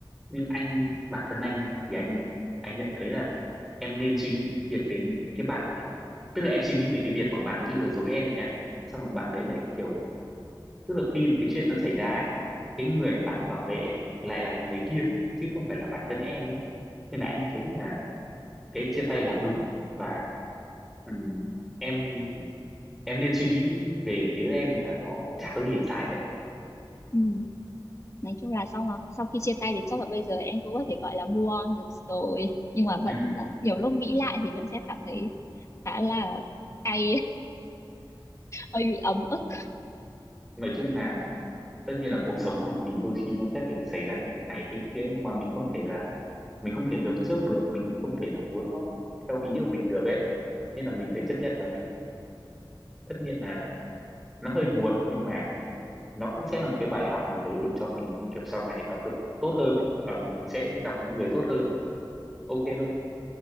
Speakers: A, in the centre; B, on the left.
A: nhưng anh bản thân anh nha thì anh anh nhận thấy là em nên suy nghĩ những việc đến cái bạn mà tức là em suy nghĩ về cái việc mà bạn ấy lừa dối em nha xong rồi bạn đấy lại kiểu tức là khi mà cái chuyện nó xảy ra ấy cái người mà bạn bảo vệ ấy, lại là người kia chứ không phải là bản thân em ấy nên là anh thấy là cái chia tay là đúng và ừm, em em nên suy nghĩ về phía em là nó chả có gì để sai cả
B: ừ. nói chung là sau mà sau khi chia tay thì chắc là bây giờ em cũng có thể gọi là move on được rồi nhưng mà vẫn
A: À.
B: ờ, nhiều lúc nghĩ lại thì vẫn sẽ cảm thấy khá là cay hơi bị ấm ức
A: nói chung là tất nhiên là cuộc sống mà thì đôi khi nó sẽ phải xảy ra những cái này cái kia mà mình không thể là mình không thể lường trước được mình cũng không thể là muốn nó theo ý của mình được ấy nên là mình phải chấp nhận và mình tất nhiên là nó hơi buồn nhưng mà nó cũng sẽ là một cái bài học nào đấy để cho mình kiểu sau này nó được tốt hơn ấy và mình sẽ gặp những người tốt hơn ok hơn